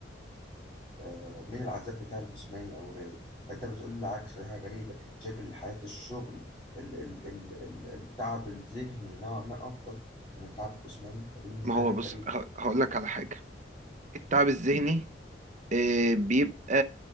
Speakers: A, on the left; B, on the right.
A: آه، من العذاب بتاع الجسماني او غيره فانت بتقول لي العكس فدي حاجه غريبه شايف ان حياه الشغل ال ال ال ال التعب الذهني نوعا ما افضل من التعب الجسماني فدي بالنسبه
B: ما هو
A: لي حاجه
B: بص
A: غريبه
B: هقول لك على حاجة التعب الذهني إيه، بيبقى